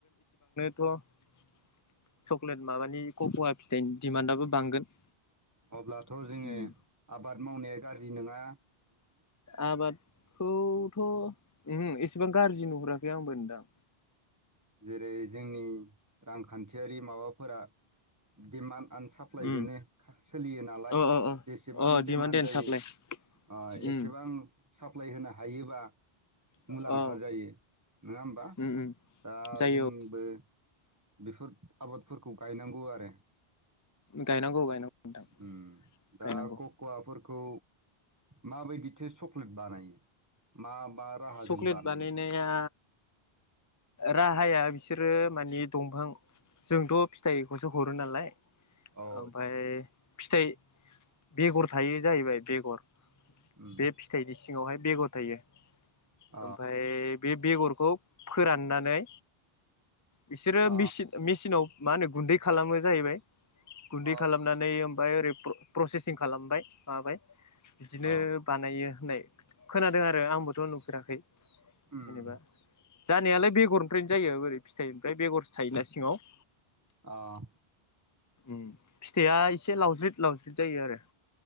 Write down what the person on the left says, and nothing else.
थ' चक्लेट माबानि कक'वा फिथाइनि दिमान्डआबो बांगोन।
उम
आबादखौथ' ओहो एसेबां गाज्रि नुहुराखै आंबोदां।
उम
अ अ अ
अ डिमान्ड
एन्ड
साप्लाइ
उम
अ
उम उम
जायो
औ
गायनांगौ गायनांगौ। नोंथां
गायनांगौ
चकलेट
बानायनाया राहाया बिसोरो मानि दंफां जोंथ' फिथाइखौसो हरो नालाय
ओमफाय
फिथाइ बेगर थायो जाहैबाय बेगर
बे फिथाइनि सिङावहाय बेगर थायो
ओमफाय बे बेगरखौ फोराननानै बिसोरो
मेसिन मेचिनाव मा होनो गुन्दै खालामो जाहैबाय गुन्दै
खालामनानै ओमफाय ओरै प्रसेसिंखौ खालामबाय माबाय बिदिनो
बानायो होननाय खोनादों आरो आंबोथ' नुफेराखै
जेनेबा जानायालाय बेगरनिफ्रायनो जायो बोरै फिथाइनिफ्राय बेगरसो थायोना सिङाव
ओम फिथाइआ एसे लावज्रिद लावज्रिद जायो आरो